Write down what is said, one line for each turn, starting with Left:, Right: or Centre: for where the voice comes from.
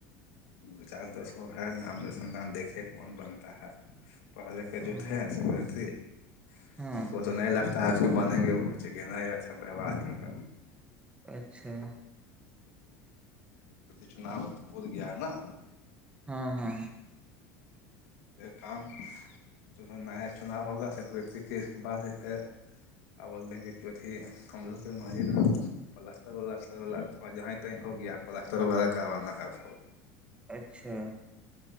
Left: دو چار دس کو ہے نام رسدان دیکھے کون بنتا ہے- پہلے کے
Right: ہاں
Left: جو تھے س ب تھی
Right: ہاں
Left: ان کو تو نہیں لگتا ہے آپ بنیں گے ب چ ن ہی اچھا ویوہار ہے ان کا
Right: اچھا
Left: چھنا پول گیا ہے نا
Right: ہاں- ہاں
Left: یہ کام جو ہے نیا چناؤ ہوگا سیکری کے اس کے بعدے- آ بولتے ہیں کہ چتھی ہم لوگ کی مسجد میں- پلسٹر ولسر والا تھوڑا جہیں تیں ہو گیا پلسٹر وغیرہ کروان نہ کر سو
Right: اچھا